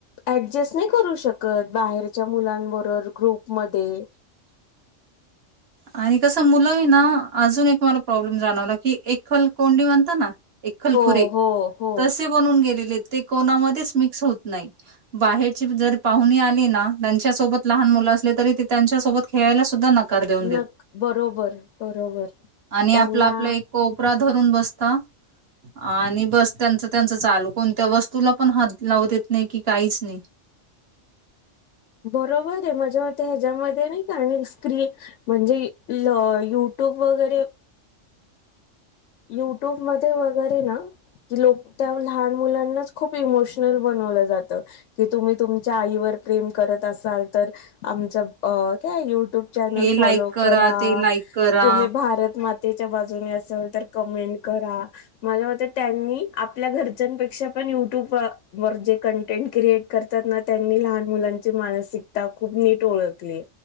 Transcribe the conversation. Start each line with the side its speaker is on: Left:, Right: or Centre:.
Left: ऍडजस्ट नाही करू शकत बाहेरच्या मुलांबरोबर मध्ये
Right: आणि कसं मुलं आहे ना अजून एक मला प्रॉब्लेम जाणवला की एकल कोंडी म्हणता ना एकखलखुरे
Left: हो हो हो
Right: तसे बनून गेलेले ते कोणामध्येच मिक्स होत नाही बाहेरची जर पाहुणी आली ना त्यांच्यासोबत लहान मुलं असले तरी ते त्यांच्यासोबत खेळायला सुद्धा नक् करेदेउ
Left: न बरोबर बरोबर
Right: आणि
Left: त्यांना
Right: आपला आपला एक कोपरा धरून बसता आणि बस त्यांचं त्यांचं चालू कोणत्या वस्तूला पण हात लावू देत नाही की काहीच नाही
Left: बरोबर आहे मजा होते ह्याच्यामध्ये नाही का आणि स्क्रीन म्हणजे युट्यूब वगैरे युट्यूब ममध्येध्ये वगैरे ना की लोक त्या लहान मुलांनाच खूप इमोशनल बनवलं जातं कि तुम्ही तुमच्या आईवर प्रेम करत असाल तर आमच अ काय युट्यूब चल
Right: हे
Left: फॉलो
Right: लाईक
Left: करा
Right: ते लाईक करा
Left: तुम्ही भारत मातेच्या बाजूने असाल तर कमेंट करा मला वात त्यांनी आपल्या घरच्यांपेक्षा पण युट्यूब वर जे कंटेंट क्रिएट करतातना त्यांनी लहान मुलांची मानसिकता खूप नीट ओळखली